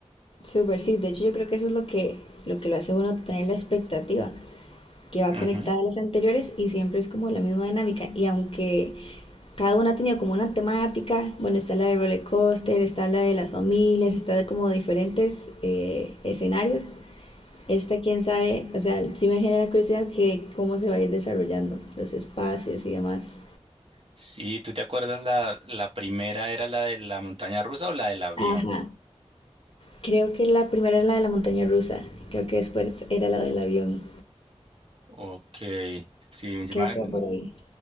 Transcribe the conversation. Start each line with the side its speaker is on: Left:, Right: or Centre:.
Left: Súper, sí. De hecho, yo creo que eso es lo que, lo que lo hace uno tener la expectativa, que va
Right: Ujú.
Left: conectada a las anteriores y siempre es como la misma dinámica. Y aunque cada una ha tenido como una temática, bueno, está la de roller coaster, está la de las familias, está de como diferentes eh, escenarios, Esta, quién sabe, o sea, sí me genera curiosidad que cómo se va a ir desarrollando los espacios y demás.
Right: Sí, ¿tú te acuerdas la, la primera era la de la montaña rusa o la del avión?
Left: Ajá. Creo que la primera era la de la montaña rusa. Creo que después era la del avión.
Right: Ok, sí, yo
Left: Creo
Right: me,
Left: que va por ahí.